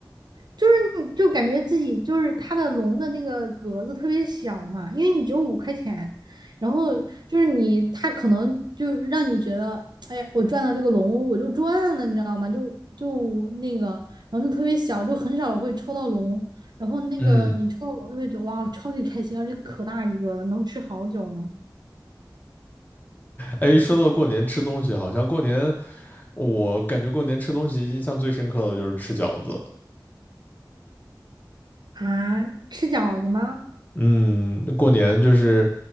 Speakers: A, on the right (about 65°); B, on the left (about 20°).
A: 就是你就感觉自己就是它的龙的那个格子特别小嘛，因为你只有五块钱，然后就是你它可能就是让你觉得，哎呀，我赚到这个龙我就赚了，你知道吗？就就那个，然后就特别小，就很少会抽到龙，然后那个你抽到龙就会觉得哇，
B: 嗯，
A: 超级开心，而且可大一个了，能吃好久呢。
B: 哎，说到过年吃东西，好像过年我感觉过年吃东西印象最深刻的就是吃饺子。
A: 啊，吃饺子吗？
B: 嗯，过年就是，